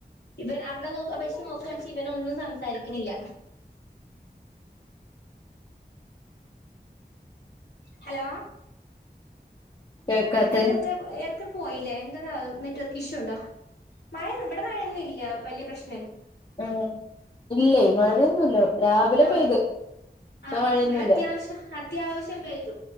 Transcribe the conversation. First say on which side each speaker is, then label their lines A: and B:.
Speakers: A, on the left (about 80°); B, on the left (about 30°).
A: ഇവൻ അവളെ അപേക്ഷിച്ച് നോക്കുവാണേൽ ഇവൻ ഒന്നും സംസാരിക്കുന്നില്ല ഹലോ
B: കേക്കാത്തെ
A: നെറ്റ്‌വർക്ക് ഇടക്ക് പോയില്ലേ എന്തെന്നാ <unintelligible> നെറ്റ് നെറ്റ്‌വർക്ക് ഇഷ്യൂ ഉണ്ടോ മഴയ ഇവിടെ മഴയൊന്നും ഇല്ല വലിയ പ്രശ്നം
B: ഉം ഇല്ലെ മഴയൊന്നുല്ല രാവിലെ
A: ആഹ്
B: പെയ്ത് ഇപ്പൊ
A: ആഹ്
B: മഴയൊന്നുല്ല
A: ഇവിടെ അത്യാവശ്യം അത്യാവശ്യം പെയ്തു